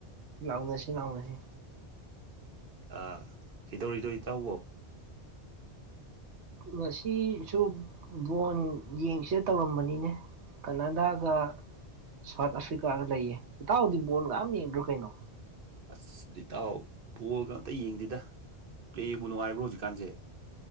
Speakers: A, on the right; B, on the right.
A: ꯂꯥꯎꯅꯁꯤ ꯂꯥꯎꯅꯁꯤ
B: ꯑꯥ ꯀꯤꯗꯧꯔꯤꯅꯣ ꯏꯇꯥꯎꯕꯣ
A: ꯃꯁꯤꯁꯨ ꯕꯣꯟ ꯌꯦꯡꯁꯤꯗ ꯇꯧꯔꯝꯕꯅꯤꯅꯦ ꯀꯅꯥꯗꯥꯒ ꯁꯥꯎꯠ ꯑꯐ꯭ꯔꯤꯀꯥꯒ ꯂꯩꯌꯦ ꯏꯇꯥꯎ ꯍꯥꯎꯗꯤ ꯕꯣꯟꯒ ꯑꯃ ꯌꯦꯡꯕ ꯨꯀꯣꯏꯅꯣ
B: ꯑꯁ ꯏꯇꯥꯎ ꯄꯑꯒ ꯑꯝꯇ ꯌꯦꯡꯗꯦꯗ ꯄ꯭ꯂꯦꯕꯨꯅꯅꯨꯡꯉꯥꯏꯕ꯭ꯔꯣ ꯍꯧꯖꯤꯛꯀꯥꯟꯁꯦ